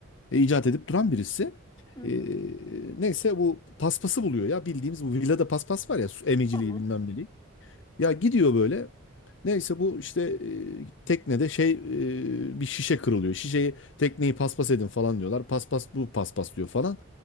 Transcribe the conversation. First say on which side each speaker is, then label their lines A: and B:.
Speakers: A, on the left (about 60°); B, on the left (about 20°).
A: E, icat edip duran birisi.
B: Hı hı.
A: E, neyse bu paspası buluyor ya bildiğimiz bu villada paspas var ya su emiciliği
B: Tamam.
A: bilmem neliği. Ya gidiyor böyle. Neyse bu işte e, teknede şey e, bir şişe kırılıyor. Şişeyi tekneyi paspas edin falan diyorlar. Paspas bu paspas diyor falan.